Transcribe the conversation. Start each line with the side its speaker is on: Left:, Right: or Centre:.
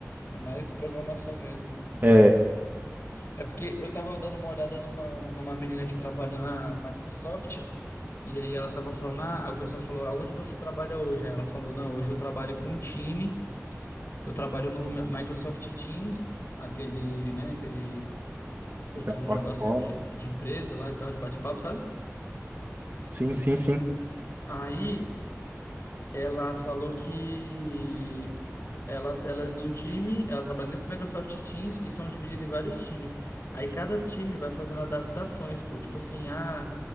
Left: É mais programação mesmo, né?
Right: É, é,
Left: É porque eu tava dando uma olhada numa, numa menina que trabalha na Microsoft, e aí ela tava falando, ah, aí o pessoal falou, aonde você trabalha hoje? Aí ela falou, não, hoje eu trabalho com um time, eu trabalho no Microsoft Teams, aquele, né, aquele
Right: essa
Left: outro
Right: aqui é a plataforma.
Left: negócio de, de empresa lá e tal, de bate-papo, sabe?
Right: Sim, sim, sim.
Left: Aí Ela falou que ela, ela é de um time, ela trabalha nesse Microsoft Teams e são divididos em vários times. Aí cada time vai fazendo adaptações, pô. Tipo assim, ah,